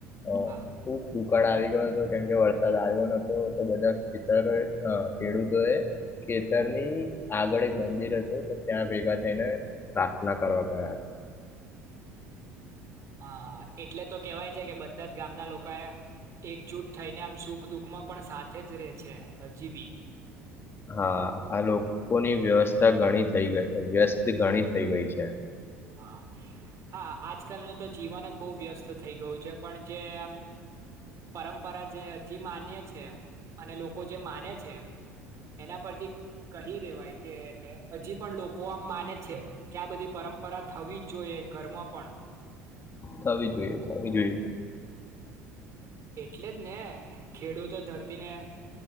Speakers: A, on the left; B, on the right.
A: હ
B: હા
A: ખુબ દુકાળ આવી ગયો હતો કેમ કે વરસાદ આવ્યો નતો તો બધા ખેતરો અ ખેડૂતો એ ખેતરની આગળ એક મંદિર હતું તો ત્યાં ભેગા થઈને પ્રાર્થના કરવા ગયા
B: હા એટલે તો કેવાય છે કે બધા જ ગામના લોકો એ એકજૂટ થઈને આમ સુખ દુઃખમાં પણ સાથે જ રે છે. હજી બી
A: હા આ લોકોની વ્યવસ થા ઘણી થઈ ગઈ વ્યસ્ત ઘણી થઈ ગઈ છે.
B: હા હા આજકાલનું તો જીવન જ બો વ્યસ્ત થઈ ગયું છે. પણ જે આમ પરંપરા જે હજી માનીએ છે. અને લો કો જે માને છે. એના પરથી કહી દેવાય કે હજી પણ લોકો આમ માને છે કે આ બધી પરમ પરા થવી જોઈએ ઘરમાં પણ
A: થવી જોઈએ થવી જોઈએ
B: એટલે જ ને ખેડૂતો ધરતીને